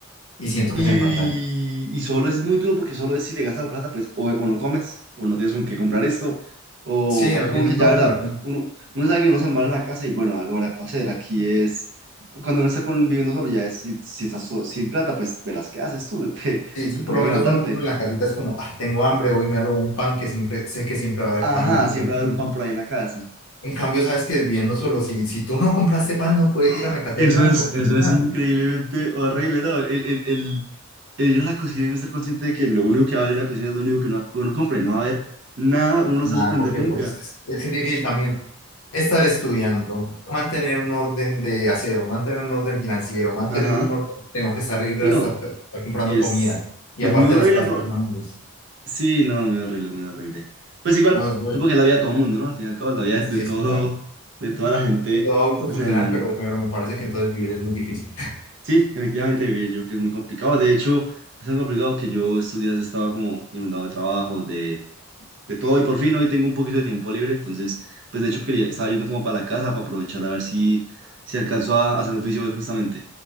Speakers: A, on the left (about 75°); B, on the right (about 55°).
A: y siento
B: Y,
A: que me faltaría.
B: y solo es muy duro porque solo es si te gastas la plata, pues o, o no comes, o no tienes con qué comprar esto, o
A: Sí, al
B: es como
A: final
B: que ya,
A: no,
B: ¿verdad?
A: como que-
B: Uno, uno sabe que uno se embala en la casa y bueno, algo habrá que hacer. Aquí es, cuando uno está con, viviendo solo, ya es, si, si estás so- sin plata, pues verás qué haces tú, <laughs> te,
A: sí, sí,
B: te toca
A: por lo
B: aguantarte.
A: menos uno, uno en la casita es como, ah, tengo hambre, hoy me robo un pan que siempre, sé que siempre va a haber
B: Ajá,
A: pan. o cosas
B: siempre va a haber
A: así.
B: un pan por ahí en la casa.
A: En cambio, sabes que viendo solo, si, si tú no compraste pan, no puedes
B: Ah,
A: ir a mercadear
B: Eso
A: nada
B: es,
A: porque
B: eso
A: no hay
B: es
A: nada.
B: increíblemente horrible, ¿no? El, el, el, el ir a la cocina y no ser consciente de que lo único que va a haber en la cocina es lo único que uno, uno compre, no va a haber nada, uno no
A: Nada,
B: se va a sorprender
A: porque
B: nunca.
A: pues, es es difícil también estar estudiando, mantener un orden de aseo, mantener un orden financiero, mantener
B: Ajá.
A: un orden, tengo que salir
B: Sí,
A: a
B: no.
A: estar, estar comprando
B: Y es,
A: comida y
B: y
A: aparte
B: es muy horrible.
A: las cosas
B: Por...
A: personales.
B: Sí, no, muy horrible, muy horrible. Pues igual,
A: No, es duro.
B: supongo que es la vida de todo el mundo, ¿no? Al fin y al cabo, es la vida
A: sí,
B: de todo,
A: sí, claro.
B: de toda la gente.
A: Soy Todo adulto
B: Pues
A: funcional,
B: en...
A: pero, pero me parece que entonces vivir es muy difícil. <laughs>
B: sí, efectivamente, vivir yo creo que es muy complicado. De hecho, es tan complicado que yo estos días estaba como inundado de trabajo, de, de todo. Y por fin hoy tengo un poquito de tiempo libre. Entonces, pues de hecho, quería, estaba yendo como para la casa para aprovechar a ver si, si alcanzo a hacer oficio hoy justamente.